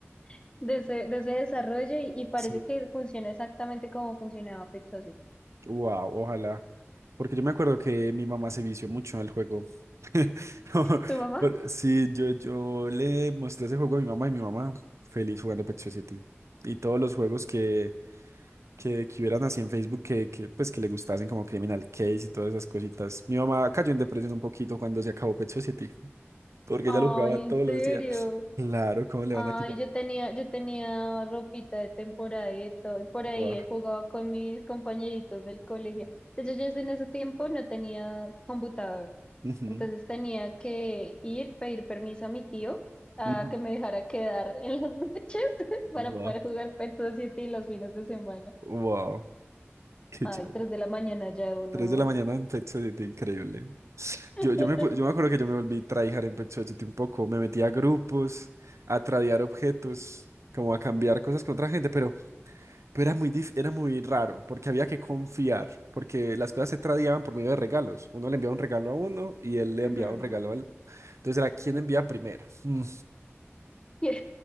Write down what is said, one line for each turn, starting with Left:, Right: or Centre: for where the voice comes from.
Left: <laughs> de ese, de ese desarrollo y, y parece
Right: sí.
Left: que funciona exactamente como funcionaba Pet Society.
Right: Wow, ojalá. Porque yo me acuerdo que mi mamá se vició mucho al juego. <laughs> No,
Left: ¿Tu mamá?
Right: Por- Sí, yo, yo le mostré ese juego a mi mamá y mi mamá feliz jugando Pet Society. Y todos los juegos que, que, que hubieran así en Facebook que, que, pues, que le gustasen, como Criminal Case y todas esas cositas. Mi mamá cayó en depresión un poquito cuando se acabó Pet Society, porque
Left: Ay,
Right: ella lo jugaba todos
Left: ¿en serio?
Right: los días. Claro, ¿cómo le
Left: Ay,
Right: van a quitar?
Left: yo tenía, yo tenía ropita de temporada y de todo, y por ahí
Right: Wow.
Left: ahí jugaba con mis compañeritos del colegio. De hecho, yo en ese tiempo no tenía computador,
Right: Ujú,
Left: entonces tenía que ir, pedir permiso a mi tío a
Right: ujú.
Left: que me dejara quedar en las <laughs> noches para
Right: Wow.
Left: poder jugar Pet Society los fines de semana.
Right: Wow. Qué
Left: Ay,
Right: chévere.
Left: tres de la mañana ya uno.
Right: Tres de la mañana en Pet Society, increíble.
Left: <laughs>
Right: Yo, yo, me, pu- yo me acuerdo que yo me volví tryhard en Pet Society un poco. Me metí a grupos, a tradear objetos, como a cambiar cosas con otra gente, pero, pero era muy, dif- era muy raro, porque había que confiar, porque las cosas se tradeaban por medio de regalos. Uno le enviaba un regalo a uno y él le
Left: Ujú.
Right: enviaba un regalo al... Entonces era quién envía primero. Mm.
Left: ¿Quién